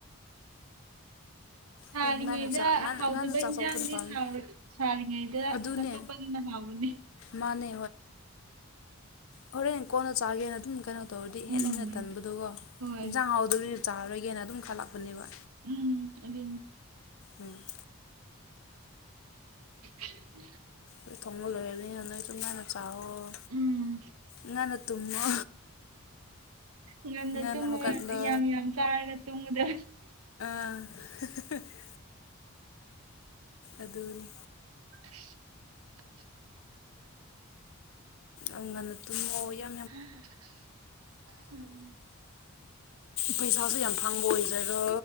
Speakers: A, on the right; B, on the left.
A: ꯊꯔꯤꯉꯩꯗ
B: ꯍꯣꯏ ꯉꯟꯅ ꯆꯥ ꯉꯟꯅ
A: ꯍꯥꯎꯗꯕ
B: ꯉꯟꯅ ꯆꯥꯊꯣꯛꯄꯅ
A: ꯍꯟꯖꯥꯡꯗꯤ
B: ꯐꯕꯅꯤ
A: ꯍꯥꯎꯔꯗ ꯁꯥꯔꯤꯉꯩꯗ
B: ꯑꯗꯨꯅꯦ
A: ꯆꯠꯊꯣꯛꯄꯗꯨꯅ ꯍꯥꯎꯕꯅꯦ
B: ꯃꯥꯅꯦ ꯍꯔꯦꯟ ꯀꯣꯟꯅ ꯆꯥꯒꯦꯅ ꯑꯗꯨꯝ ꯀꯩꯅꯣ ꯇꯧꯔꯗꯤ ꯍꯦꯟꯅ
A: ꯎꯝ
B: ꯍꯦꯟꯅ ꯇꯟꯕꯗꯨꯀꯣ
A: ꯍꯣꯏ
B: ꯌꯦꯟꯖꯥꯡ ꯍꯥꯎꯗꯕꯤ ꯆꯥꯔꯣꯏꯒꯦꯅ ꯑꯗꯨꯝ ꯈꯜꯂꯛꯄꯅꯦꯕ
A: ꯎꯝ ꯑꯗꯨ
B: ꯎꯝ
A: <inaudible>
B: ꯑꯩ ꯊꯣꯡꯉ ꯂꯣꯏꯔꯕꯅꯤꯅ ꯅꯪꯁꯨ ꯉꯥꯟꯅ ꯆꯥꯛꯑꯣꯣ
A: ꯎꯝ
B: ꯉꯥꯟꯅ ꯇꯨꯝꯃꯣ
A: ꯉꯅ
B: ꯉꯟꯅ
A: ꯇꯨꯝꯃꯒ
B: ꯍꯧꯒꯠꯂꯣ
A: ꯌꯥꯝ ꯌꯥꯝ ꯆꯥꯔꯒ ꯇꯨꯝꯕꯨꯗ
B: ꯑꯥ ꯑꯗꯨꯅꯤ
A: <unintelligible>
B: ꯑ ꯉꯅ ꯇ ꯃꯣ ꯌꯥ
A: ꯎꯝ ꯎꯝ
B: ꯄꯩꯁꯥꯁꯨ ꯌꯥꯝ ꯐꯥꯡꯕ ꯑꯣꯏꯖꯔꯣ